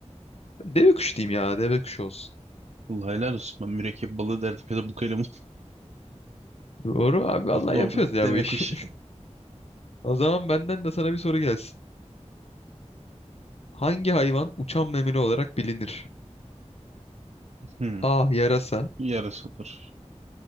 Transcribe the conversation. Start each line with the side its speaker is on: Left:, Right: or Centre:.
Left: Deve kuşu diyeyim ya deve kuşu olsun.
Right: Allah helal olsun. Ben mürekkep balığı derdim ya da bukelemun.
Left: Doğru abi vallahi
Right: <laughs> Doğru.
Left: yapıyoruz ya
Right: Deve
Left: bu işi.
Right: kuşu.
Left: O zaman benden de sana bir soru gelsin. Hangi hayvan uçan memeli olarak bilinir?
Right: Hmm.
Left: A. Yarasa.
Right: Yarısı olur.